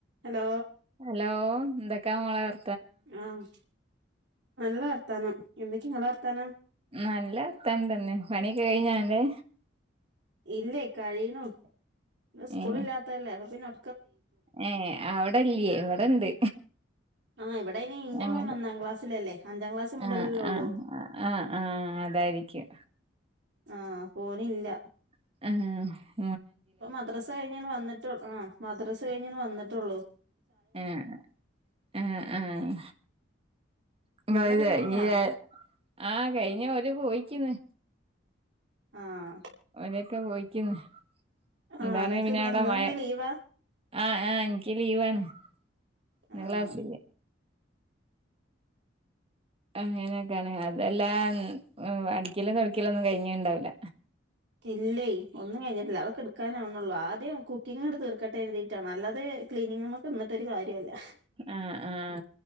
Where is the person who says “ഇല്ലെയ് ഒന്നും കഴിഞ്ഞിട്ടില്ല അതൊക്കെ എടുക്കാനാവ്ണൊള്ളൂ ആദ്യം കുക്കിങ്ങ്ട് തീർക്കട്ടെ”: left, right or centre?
Right